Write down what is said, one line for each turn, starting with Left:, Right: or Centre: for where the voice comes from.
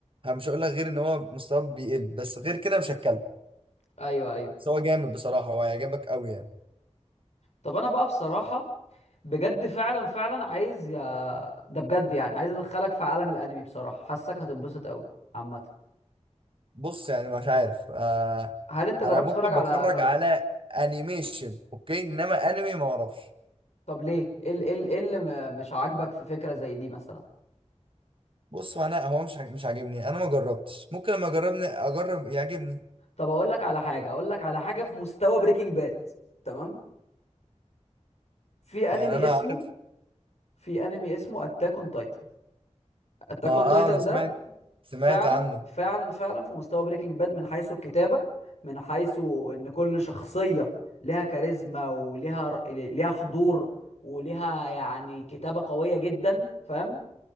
Right: أنا مش هقول لك غير إن هو مستواه بيقل بس غير كده مش هتكلم
Left: ايوه ايوه
Right: بس هو جامد بصراحة وهيعجبك أوي يعني
Left: طب انا بقى بصراحه بجد فعلا فعلا عايز يا ده بجد يعني عايز ادخلك في عالم الانمي بصراحه حاسك هتتبسط قوي عامه
Right: بص يعني مش عارف آه
Left: هل انت جربت
Right: أنا ممكن
Left: تتفرج على
Right: بتفرج
Left: كر...
Right: على أنيميشن أوكي إنما أنمي ما أعرفش
Left: طب ليه ايه ال- إيه ال- إيه اللي م- مش عاجبك في فكره زي دي مثلا
Right: بص هو أنا هو مش عاج- مش عاجبني أنا ما جربتش ممكن لما أجربني أجرب يعجبني
Left: طب اقول لك على حاجه اقول لك على حاجه في مستوى بريكنج باد تمام في انمي
Right: يعني أنا
Left: اسمه
Right: عارف
Left: في انمي اسمه اتاك اون تايتن اتاك
Right: ما آه
Left: اون تايتن
Right: أنا سمعت
Left: ده
Right: سمعت
Left: فعلا
Right: عنه
Left: فعلا فعلا في مستوى بريكنج باد من حيث الكتابة من حيث ان كل شخصية لها كاريزما وليها ر- ليها حضور وليها يعني كتابة قوية جدا فاهم